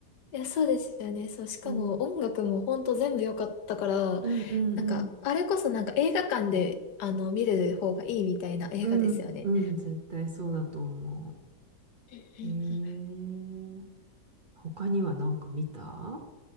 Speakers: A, on the left (about 80°); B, on the right (about 35°).
A: いや、そうですよね。そう、しかも音楽もほんと全部良かったから、
B: うん、うん、うん、
A: なんか、
B: うん、
A: あれこそなんか映画館で、あの、見る方がいいみたいな映画ですよね。
B: うん、うん絶対そうだと思
A: うんうんうん
B: う。えー、他には何か見た